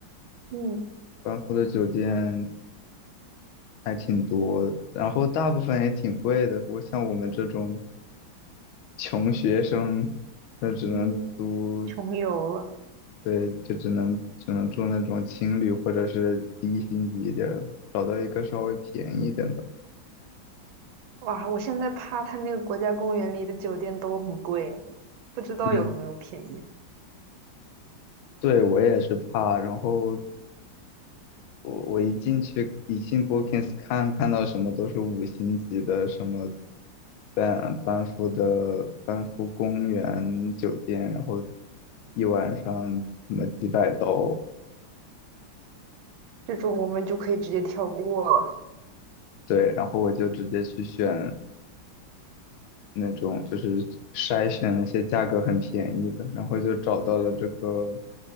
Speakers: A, on the right; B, on the left.
A: 嗯
B: 班夫的酒店还挺多的，然后大部分也挺贵的。不过像我们这种穷学生，那只能租，
A: 嗯，穷游了，
B: 对，就只能只能住那种青旅或者是低星级一点儿的，找到一个稍微便宜一点的。
A: 哇！我现在怕他那个国家公园里的酒店都很贵，不知道有没有便宜。
B: 嗯，对，我也是怕。然后我我一进去，一进 Bookings 看，看到什么都是五星级的，什么班班夫的班夫公园酒店，然后一晚上什么几百刀，
A: 这种我们就可以直接跳过了。
B: 对，然后我就直接去选那种，就是筛选那些价格很便宜的，然后就找到了这个
A: 嗯，